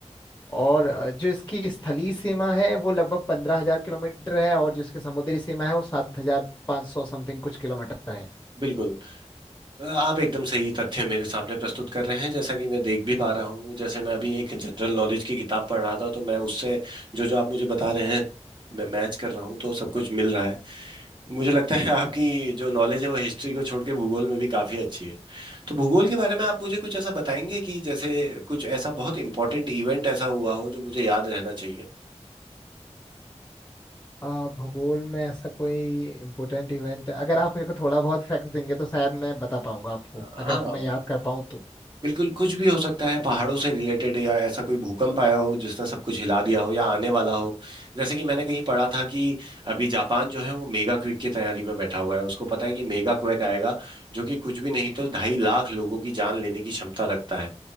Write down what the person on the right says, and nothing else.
बिल्कुल आप एकदम सही तथ्य मेरे सामने प्रस्तुत कर रहे हैं जैसा कि मैं देख भी पा रहा हूँ जैसे मैं अभी एक जनरल नॉलेज की किताब पढ़ रहा था तो मैं उससे जो जो आप मुझे बता रहे हैं मैं मैच कर रहा हूँ तो सब कुछ मिल रहा है मुझे लगता है आपकी जो नॉलेज है वो हिस्ट्री को छोड़ के भूगोल में भी काफ़ी अच्छी है तो भूगोल के बारे में आप मुझे कुछ ऐसा बताएंगे कि जैसे कुछ ऐसा बहुत इंपॉर्टेंट इवेंट ऐसा हुआ हो जो मुझे याद रहना चाहिए
हाँ
बिल्कुल कुछ भी हो सकता है पहाड़ों से रिलेटेड या ऐसा कोई भूकंप आया हो जिसने सब कुछ हिला दिया हो या आने वाला हो जैसे कि मैंने कहीं पढ़ा था कि अभी जापान जो है वो मेगा क्विक की तैयारी में बैठा हुआ है उसको पता है कि मेगा क्वेक आएगा जो कि कुछ भी नहीं तो ढाई लाख लोगों की जान लेने की क्षमता रखता है